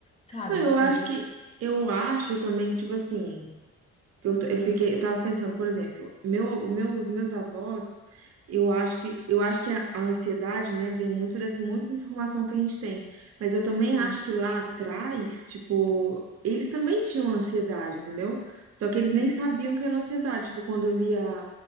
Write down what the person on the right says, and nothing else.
Não, eu
acho que, eu acho também que, tipo assim, que Eu, t- eu
fiquei, eu tava pensando, por exemplo, meu, o meu, os meus avós, eu acho que, eu acho que a, a ansiedade, né, vem muito dessa muita informação que a gente tem. Mas eu também
acho que lá atrás, tipo, eles também tinham ansiedade, entendeu? Só que eles nem
sabiam que era ansiedade. Tipo, quando eu via,